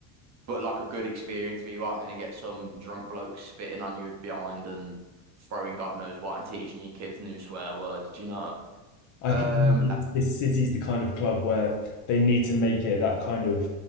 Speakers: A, on the right; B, on the left.
A: but like a good experience where you aren't going to get some drunk bloke spitting on you behind and throwing God knows what and teaching your kids new swear words, you know.
B: I
A: Um,
B: can imagine
A: uh,
B: this city's the kind of club where they need to make it that kind of